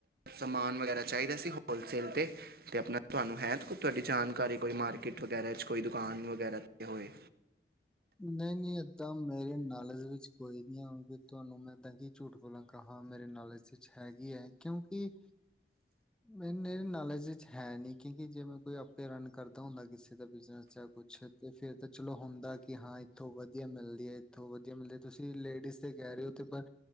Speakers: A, on the right; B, in the centre.
A: ਸਮਾਨ ਵਗੈਰਾ ਚਾਹੀਦਾ ਸੀ ਹੋਲਸੇਲ 'ਤੇ ਤੇ ਆਪਣਾ ਤੁਹਾਨੂੰ ਹੈ ਤੇ ਤੁਹਾਡੀ ਜਾਨ ਘਰ ਕੋਈ ਮਾਰਕੀਟ ਵਗੈਰਾ 'ਚ ਕੋਈ ਦੁਕਾਨ ਵਗੈਰਾ 'ਤੇ ਹੋਏ।
B: ਨਹੀਂ, ਨਹੀਂ ਏਦਾਂ ਮੇਰੇ ਨਾਲੇ ਦੇ ਵਿੱਚ ਕੋਈ ਨੀ ਹੈ ਹੂਣ ਫਿਰ ਤੁਹਾਨੂੰ ਮੈਂ ਦਾਂ ਕੀ ਝੂਠ ਬੋਲਾਂ ਕਾਂ ਮੇਰੇ ਨੋਲਜ ਵਿਚ ਹੈਗੀ ਹੈ ਕਿਉਂਕਿ ਮੇਰੇ ਨੋਲਜ ਵਿਚ ਹੈ ਨੀ ਕਿਉਂਕਿ ਜੇ ਮੈਂ ਕੋਈ ਆਪੇ ਰਨ ਕਰਦਾ ਹੁੰਦਾ ਕਿਸੇ ਦਾ ਬਿਜਨਸ ਜਾਂ ਕੁਛ ਤੇ ਫਿਰ ਤੇ ਚਲੋ ਹੁੰਦਾ ਇਥੋਂ ਵਧੀਆ ਮਿਲਦੀ ਐ, ਇੱਥੋਂ ਵਧੀਆ ਮਿਲਦੇ ਤੁਸੀਂ ਲੇਡੀਜ਼ ਤੇ ਕਹਿ ਰਹੇ ਹੋ ਤੇ ਪਰ